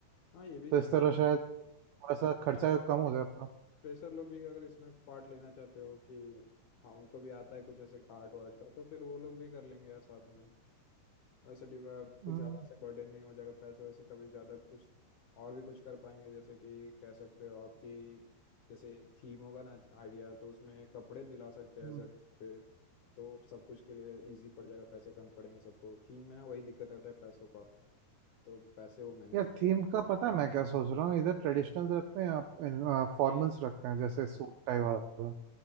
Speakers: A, on the left; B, on the right.
A: हाँ ये भी
B: तो
A: ठीक
B: इस तरह शायद थोड़ा सा
A: अगर फ्रेशर
B: खर्चा कम हो जाए अपना
A: फ्रेशर लोग भी अगर इसमें पार्ट लेना चाहते हो कि हाँ उनको भी आता है कुछ ऐसे आर्ट वार्ट का तो फिर वो लोग भी कर लेंगे यार साथ में वैसे डिव- अ, कुछ
B: हम्म,
A: ज़्यादा ऐसे बर्डन नहीं हो जाएगा पैसों से कभी ज़्यादा कुछ और भी कुछ कर पाएंगे जैसे कि कह सकते हो आपकी जैसे थीम होगा ना आइडिया तो उसमें कपड़े दिला सकते हैं
B: हम्म।
A: एज रेंट पे तो सब कुछ के लिए इजी पड़ जाएगा पैसे कम पड़ेंगे सबको थीम में ना वही दिक्कत रहता है पैसों का तो पैसे वो मैनेज
B: यार
A: हो
B: थीम का पता है मैं क्या सोच रहा हूँ इधर ट्रेडिशनल रखते हैं आप फॉर्मल्स
A: नहीं
B: रखते हैं जैसे सूट टाई वाला